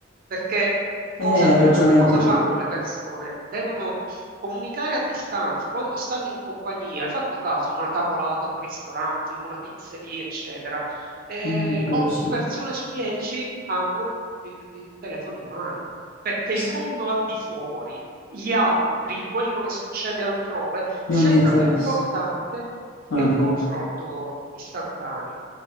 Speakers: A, on the right; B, on the left.
A: perché cosa,
B: Eh, hai ragione
A: eh, cosa
B: anche
A: fanno
B: tu,
A: le persone? Devono comunicare a distanza, quando stanno in compagnia, hai fatto caso, una tavolata, un ristorante, in una pizzeria, eccetera. Eh,
B: Mm, quello
A: otto
B: sì,
A: persone su dieci hanno il il telefono in mano, perché il
B: Sì,
A: mondo al di fuori gli altri, quello che succede altrove,
B: non
A: sembra
B: gli interessa,
A: più importante
B: No,
A: che il
B: è vero,
A: confronto istantaneo.